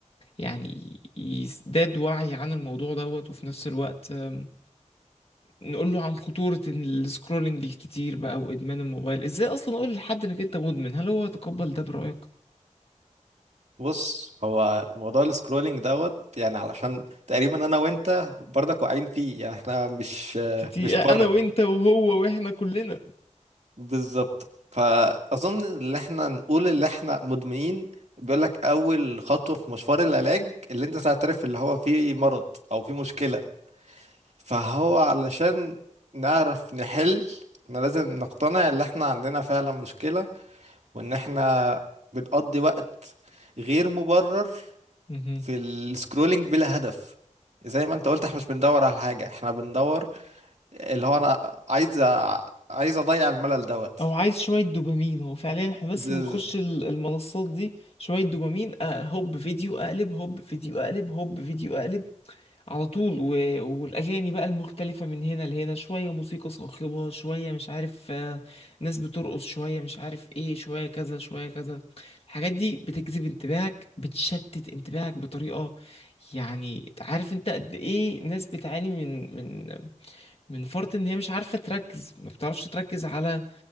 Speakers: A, on the left; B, on the right.
A: يعني يزداد وعي عن الموضوع دوت وفي نفس الوقت آم، نقول له عن خطورة السكرولنج الكتير بقى وإدمان الموبايل ازاي اصلا اقول لحد انك انت مدمن هل هو يتقبل ده برأيك
B: بص هو موضوع السكرولينج دوت يعني علشان تقريبا انا وانت برضك واقعين فيه يعني احنا مش
A: كتير
B: مش بره
A: انا وانت وهو واحنا كلنا
B: بالظبط فاظن ان احنا نقول اللي احنا مدمنين بيقول لك اول خطوه في مشوار العلاج اللي انت تعترف اللي هو في مرض او في مشكله فهو علشان نعرف نحل احنا لازم نقتنع ان احنا عندنا فعلا مشكله وان احنا بنقضي وقت غير مبرر
A: مهم.
B: في السكرولينج بلا هدف زي ما انت قلت احنا مش بندور على حاجة احنا بندور اللي هو انا عايز أ- عايز اضيع الملل دوت
A: او عايز شويه دوبامين هو فعليا احنا بس
B: بز...
A: بنخش ال- المنصات دي شويه دوبامين أه هوب فيديو اقلب هوب فيديو اقلب هوب فيديو اقلب على طول و... والاغاني بقى المختلفه من هنا لهنا شويه موسيقى صاخبه شويه مش عارف آه، ناس بترقص شويه مش عارف ايه شويه كذا شويه كذا الحاجات دي بتجذب انتباهك بتشتت انتباهك بطريقه يعني عارف انت قد ايه ناس بتعاني من من من فرط ان هي مش عارفه تركز ما بتعرفش تركز على